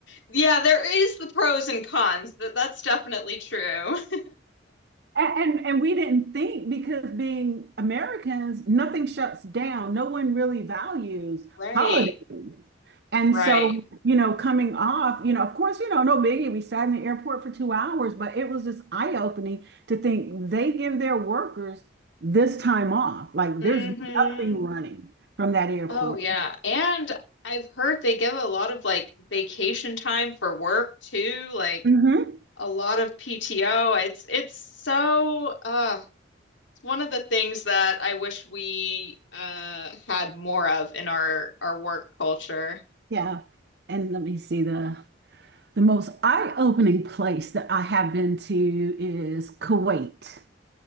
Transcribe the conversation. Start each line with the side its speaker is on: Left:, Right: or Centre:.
Left: yeah, there is the pros and cons. That that's definitely true. <laughs>
Right: And, and and we didn't think because being Americans, nothing shuts down. No one really values
Left: Right.
Right: holiday. And
Left: Right.
Right: so, you know, coming off, you know, of course, you know, no biggie. We sat in the airport for two hours, but it was just eye-opening to think they give their workers this time off. Like
Left: hmm
Right: there's nothing running from that airport.
Left: Oh yeah. And I've heard they give a lot of like vacation time for work too, like
Right: Mhm.
Left: a lot of PTO. It's it's so uh it's one of the things that I wish we uh had more of in our our work culture.
Right: Yeah. And let me see the the most eye-opening place that I have been to is Kuwait.